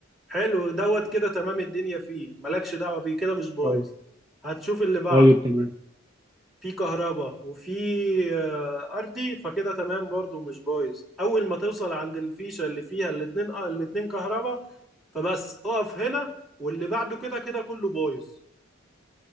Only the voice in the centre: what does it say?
حلو دوت كده تمام الدنيا فيه مالكش دعوة بيه كده مش بايظ
هتشوف اللي بعده
في كهرباء وفي آه، ارضي فكده تمام برضو مش بايظ اول ما توصل عند الفيشه اللي فيها الاتنين آه، الاتنين كهرباء فبس اقف هنا واللي بعده كده كده كله بايظ